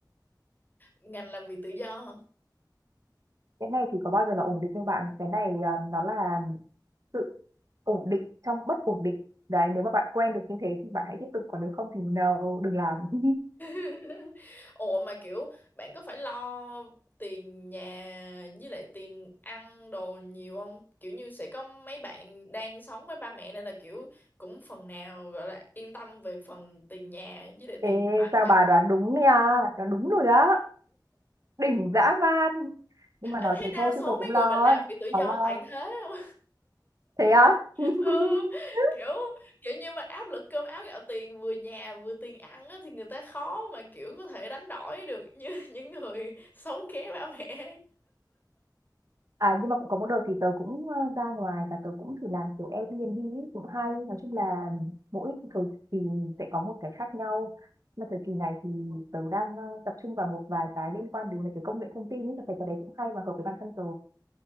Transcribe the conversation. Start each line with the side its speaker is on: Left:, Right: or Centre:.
Left: ngành làm việc tự do không?
Right: Cái này thì có bao giờ là ổn định đâu bạn, cái này ờ, nó là sự ổn định trong bất ổn định. Đấy, nếu mà bạn quen được như thế thì bạn hãy tiếp tục, còn nếu không thì no, đừng làm. <laughs>
Left: <laughs> Ủa mà kiểu bạn có phải lo tiền nhà với lại tiền ăn đồ nhiều không? Kiểu như sẽ có mấy bạn đang sống với ba mẹ nên là kiểu cũng phần nào gọi là yên tâm về phần tiền nhà với lại
Right: Ê,
Left: tiền đồ ăn
Right: sao
Left: chẳng.
Right: bà
Left: hạn.
Right: đoán đúng nha, đoán đúng rồi đó, đỉnh dã man. Nhưng mà nói
Left: Anh thấy
Right: thế
Left: đa
Right: thôi
Left: số
Right: chứ tôi cũng
Left: mấy
Right: lo,
Left: người mà làm
Right: ấy.
Left: bị tự do
Right: Bà lo.
Left: toàn thế không?
Right: Thế á?
Left: <laughs>
Right: <laughs>
Left: ừ, kiểu kiểu như mà áp lực cơm áo gạo tiền vừa nhà vừa tiền ăn á, thì người ta khó mà kiểu có thể đánh đổi được như <laughs> những người sống ké ba mẹ.
Right: À nhưng mà cũng có một đợt thì tớ cũng ờ, ra ngoài và tớ cũng thử làm kiểu Airbnb ấy, cũng hay. Nói chung là mỗi cái thời kỳ sẽ có một cái khác nhau. Mà thời kỳ này thì tớ đang ờ, tập trung vào một vài cái liên quan đến mấy cái công nghệ thông tin ấy, tớ thấy cái đấy cũng hay và hợp với bản thân tớ.